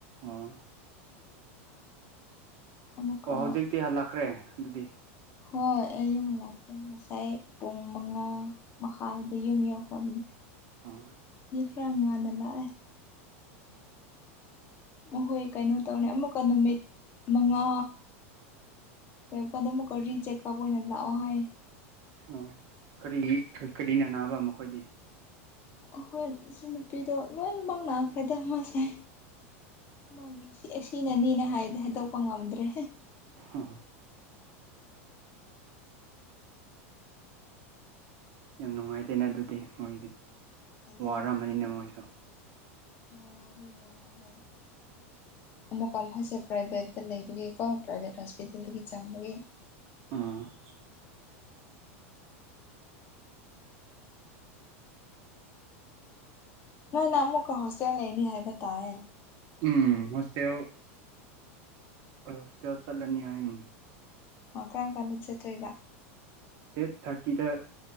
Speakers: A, on the right; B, on the left.
A: ꯑꯣ
B: ꯑꯃꯨꯛꯀ
A: ꯑꯣ ꯍꯧꯖꯤꯛꯇꯤ ꯍꯜꯂꯛꯈ꯭ꯔꯦ ꯑꯗꯨꯗꯤ
B: ꯍꯣꯏ ꯑꯩ ꯌꯨꯝ ꯍꯛꯂꯛꯈ꯭ꯔꯦ ꯉꯁꯥꯏ ꯄꯨꯡ ꯃꯉꯥ ꯃꯈꯥꯏꯗ ꯌꯨꯝ ꯌꯧꯈ꯭ꯔꯕꯅꯦ
A: ꯑꯝ
B: <unintelligible> ꯂꯥꯛꯑꯦ ꯎꯝꯍꯣꯏ ꯀꯩꯅꯣ ꯇꯧꯅꯤ ꯑꯃꯨꯛꯀ ꯅꯨꯃꯤꯠ ꯃꯉꯥ ꯍꯌꯦꯡ ꯀꯣꯟꯅ ꯔꯤ ꯆꯦꯛ ꯇꯧꯕ ꯑꯣꯏꯅ ꯂꯥꯛꯑꯣ ꯍꯥꯏꯌꯦ
A: ꯑꯣꯀꯔꯤ ꯀꯔꯤꯅ ꯅꯥꯕ ꯃꯈꯣꯏꯗꯤ
B: ꯑꯈꯣꯏ ꯁꯤ ꯅꯨꯄꯤꯗꯣ ꯂꯣꯏꯅꯃꯛ ꯅꯥꯈ꯭ꯔꯗꯤ ꯃꯥꯁꯦ ꯃꯥꯒꯤ ꯁꯤ ꯑꯁꯤꯅꯅꯤꯅꯦ ꯍꯥꯏꯗꯤ ꯍꯥꯏꯗꯣꯛꯄ ꯉꯝꯗ꯭ꯔꯦ
A: ꯑꯣ ꯌꯥꯝ ꯅꯨꯡꯉꯥꯏꯇꯦꯅ ꯑꯗꯨꯗꯤ ꯃꯣꯏꯗꯤ
B: ꯑꯗꯨꯅꯦ
A: ꯋꯥꯔꯝꯃꯅꯤꯅ ꯃꯣꯏꯁꯨ
B: ꯋꯥꯗꯤ ꯋꯥꯏ ꯍꯣꯏ ꯑꯃꯨꯛꯀ ꯃꯣꯏꯁꯦ ꯄ꯭ꯔꯥꯏꯚꯦꯠꯇ ꯂꯩꯕꯒꯤ ꯀꯣ ꯄ꯭ꯔꯥꯏꯚꯦꯠ ꯍꯣꯁꯄꯤꯇꯥꯜꯗꯒꯤ ꯆꯥꯡꯕꯒꯤ
A: ꯑꯝ
B: ꯅꯣꯏꯅ ꯃꯨꯛꯀ ꯍꯣꯁꯇꯦꯜ ꯂꯩꯅꯤ ꯍꯥꯏꯕ ꯇꯥꯏꯑꯦ
A: ꯎꯝ ꯍꯣꯁꯇꯦꯜ ꯑꯈꯣꯏ ꯍꯣꯁꯇꯦꯜ ꯆꯠꯂꯅꯤ ꯍꯥꯏꯅꯦ
B: ꯃꯥ ꯀꯔꯝ ꯀꯥꯟꯗ ꯆꯠ ꯇꯣꯏꯕ
A: ꯗꯦꯠ ꯊꯥꯔꯇꯤꯗ